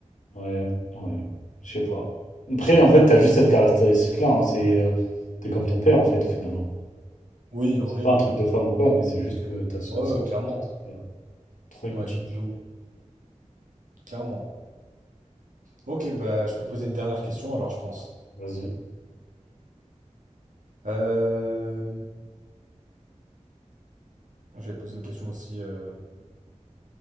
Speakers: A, on the left; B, on the right.
A: euh, ouais, ouais. Je sais pas. Après, en fait, t'as juste cette caractéristique-là, hein, C'est... euh, T'es comme ton père, en fait, au final. hein.
B: Oui, en vrai,
A: Pas
B: oui,
A: un truc
B: hein,
A: de
B: clairement.
A: femme ou quoi, mais c'est juste que t'as ce...
B: Ouais,
A: ce
B: ouais, clairement.
A: truc-là. Trop émotif.
B: Ouais, de ouf, clairement. Ok, bah, je peux te poser une dernière question, alors, je pense.
A: Vas-y,
B: Euh, Je vais te poser une question aussi euh,